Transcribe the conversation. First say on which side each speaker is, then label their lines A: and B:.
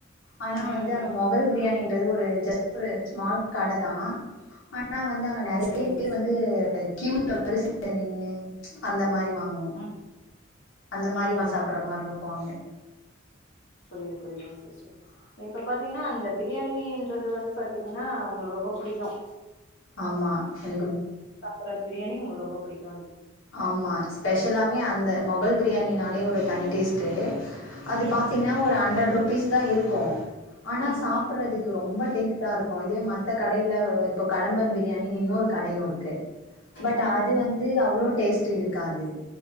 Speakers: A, on the left; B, on the left.
A: ஆனா
B: ம்
A: வந்து அங்க
B: ம்
A: மொகல் பிரியாணி ஒரு ஜஸ்ட் ஒரு ஸ்மால் கடதா ஆனா ஆனா வந்து அங்க நெறைய
B: சரிங்க
A: பேர்
B: சிஸ்டர்
A: வந்து கியூல வரிசைல நின்னு அந்த மாதிரி வாங்குவோ
B: ம்
A: அந்த மாதிரி
B: ம் ம்
A: சாப்பிடுறா
B: ம்
A: மாதிரியிருக்கோ அங்க
B: புரியுது புரியுதுங்க சிஸ்டர் இப்ப பாத்தீங்கன்னா அந்த பிரியாணின்றது வந்து பாத்தீங்கன்னா உங்களுக்கு ரொம்ப புடிக்கோ
A: ஆமா எனக்கு
B: டுற பிரியாணி உங்களுக்கு ரொம்ப புடிக்கோ
A: ஆமா ஸ்பெஷல்லாவே அந்த மொகல் பிரியாணினாலே ஒரு தனி டேஸ்ட்டு அது
B: ம்
A: பாத்தீங்கன்னா
B: ம்
A: ஒரு ஹண்ரெட் ருப் பீஸ்தா இருக்கோ ஆனா
B: ம்
A: சாப்பிடுறதுக்கு ரொம்ப டேஸ்ட்டாயிருக்கோ இதுவே மத்த கடை ல இப்போ கடம்பன் பிரியாணின்னு இன்னோரு கடையோயிருக்கு பட்
B: ம் ம்
A: அது வந்து அவ்ளோ டேஸ்ட்யிருக்காது